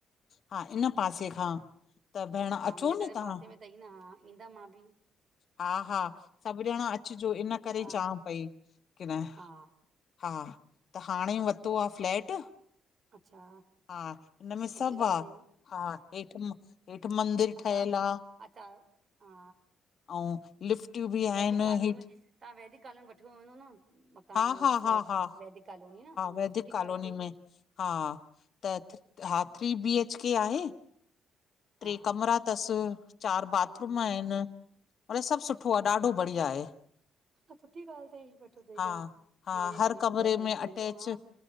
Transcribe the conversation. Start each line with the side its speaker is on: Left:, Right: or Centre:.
Left: हा, इन पासे खां। त भेण अचो
Right: हा मुंजे घर
Left: न
Right: जे
Left: तव्हां
Right: पासे में तई न हा ईंदम मां बि।
Left: हा हा सभुॼणा अचजो, इन करे
Right: हा
Left: चवां पई की न।
Right: हा।
Left: हा हा, त हाणे वत्तो आ फ्लैट।
Right: अच्छा।
Left: हा हिनमें
Right: सुठी
Left: सभ
Right: ॻाल्हि
Left: आ।
Right: अथई
Left: हा हेठ हेठ मंदिरु
Right: अच्छा
Left: ठयल आ।
Right: अच्छा हा
Left: आऊं लिफ्टियूं बि। आहिनि
Right: वैदिक कॉलोनी
Left: हेठि
Right: में तां वैदिक कालोनी वठियो हूंदो न मकान
Left: हा
Right: उहो
Left: हा
Right: फ्लैट।
Left: हा हा
Right: वैदिक कालोनी न हा,
Left: वैदिक
Right: सुठी
Left: कॉलोनी
Right: ॻाल तई।
Left: में हा त हा थ्री बीएचके आहे।
Right: हा
Left: ट्रेय कमरा थस्, चार बाथरूम
Right: हा
Left: आहिन। मतलब सब सुठो आ ॾाढो बढ़िया आहे।
Right: हा सुठी ॻाल् थई वठो तई
Left: हा
Right: त
Left: हा
Right: थी वञे
Left: हर
Right: सभिन
Left: कमरे
Right: जो घर पंहिंजो
Left: में अटैच
Right: पंहिंजो हा।